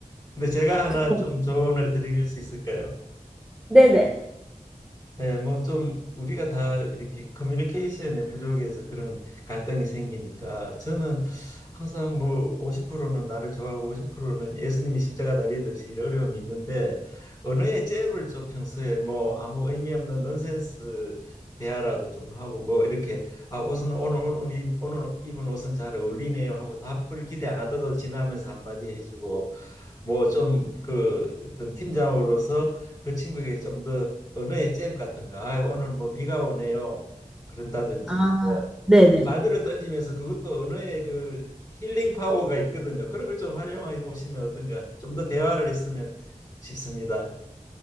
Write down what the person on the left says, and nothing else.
근데 제가 하나
좀 조언을 드릴 수 있을까요?
예, 뭐좀 우리가 다 이렇게 커뮤니케이션의 부족에서 그런 갈등이 생기니까 저는 항상 뭐 50%는 나를 좋아하고 50%는 예수님이 십자가 달리듯이 이런 어려움이 있는데 언어의 잽을 좀 평소에 뭐 아무 의미 없는 넌센스 대화라도 좀 하고 뭐 이렇게 아 옷은 오늘 오늘 이- 오늘 입은 옷은 잘 어울리네요 하고 답을 기대 안 하더라도 지나면서 한마디 해주고 뭐 좀 그 어떤 팀장으로서 그 친구에게 좀 더 언어의 잽 같은 거, 아, 오늘 뭐 비가 오네요. 그런다든지
뭐
그런 말들을 던지면서 그것도 언어의 그 힐링 파워가 있거든요. 그런 걸 좀 활용해 보시면 어떤가 좀 더 대화를 했으면 싶습니다.